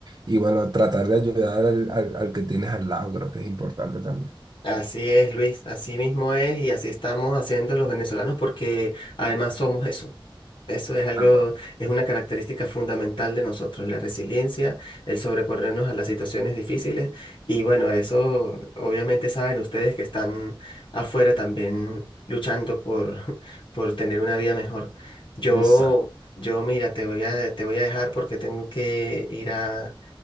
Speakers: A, on the right; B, on the left.
A: Y, bueno, tratar de ayudar al, al, al que tienes al lado, creo que es importante también.
B: Así es, Luis, así mismo es y así estamos haciendo los venezolanos porque además somos eso. Eso es algo,
A: Tal cual.
B: es una característica fundamental de nosotros, la resiliencia, el sobreponernos a las situaciones difíciles y bueno, eso obviamente saben ustedes que están afuera también luchando por, <laughs> por tener una vida mejor. Yo,
A: Exacto.
B: yo mira, te voy a, te voy a dejar porque tengo que ir a,